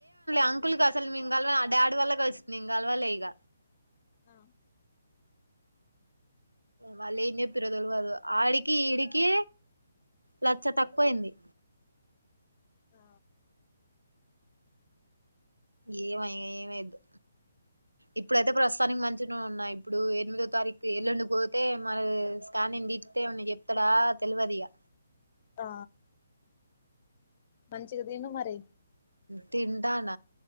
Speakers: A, on the right (about 80°); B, on the left (about 35°).
A: అంకుల్గ అసలు మేం గల్వ ఆ డాడ్వల్ల గల్స్ నేన్గల్వలే ఇగ
B: ఆ
A: వాల్లెంజేప్పిర్రో దెల్వదూ ఆడికి ఈడికి లచ్చ తక్కువైంది
B: ఆ
A: ఏమో ఇగ ఏమేయొద్దు ఇప్పుడైతే ప్రస్తానికి మంచనే ఉన్నా ఇప్పుడు ఎనిమిదో తారీక్కు ఎల్లుండి పోతే మరి స్కానింగ్ తిత్ తె ఎమన్న జెప్తడా తెల్వదిగా
B: ఆ మంచిగదిను మరి
A: తింటాన